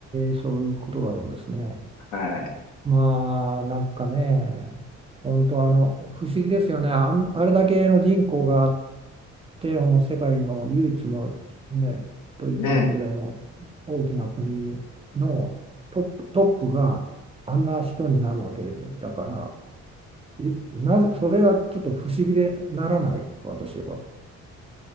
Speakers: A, on the right; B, on the left.
A: ー、そういうことがあるんですね。
B: はい。
A: まあ、なんかね、本当あの、不思議ですよね。あん、あれだけの人口があって、もう世界の唯一の、ね、と言ってもいいぐらいの
B: ね。
A: 大きな国のトップ、トップがあんな人になるわけで、だから、いなぜ、それはちょっと不思議でならない、私は。